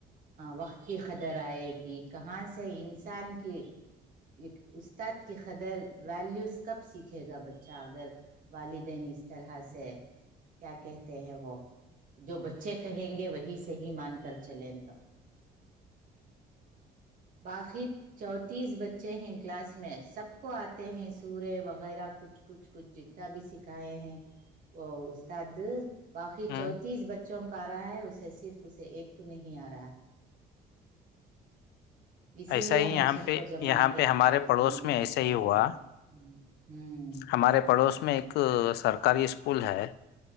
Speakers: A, on the right; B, on the left.
A: وقت کی قدر آیگی کہاں سے انسان کی ایک استاد کی قدر ویلیوز کب سیکھے گا بچہ اگر والدین اس طرح سے کیا کہتے ہیں وہ جو بچے کہیں گے وہی صحیح مان کر چلیں تو باقی چونتیس بچے ہیں کلاس میں سب کو آتے ہیں سورہ وغیرہ کچھ کچھ کچھ جتنا بھی سکھائے ہیں وہ استاد باقی
B: ہوں
A: چونتیس بچوں کا آ رہا ہے اسے صرف اسے ایک کو نہیں آ رہا ہے اسی
B: ایسا
A: لیے
B: ہی
A: ہم سب کو جمع
B: یہاں
A: کیا
B: پہ ہمارے
A: تھا اس
B: پڑوس
A: دن
B: میں
A: یاد
B: ایسا
A: کے
B: ہی
A: حضرت
B: ہوا
A: نے ہوں
B: ہمارے پڑوس میں ایک سرکاری اسکول ہے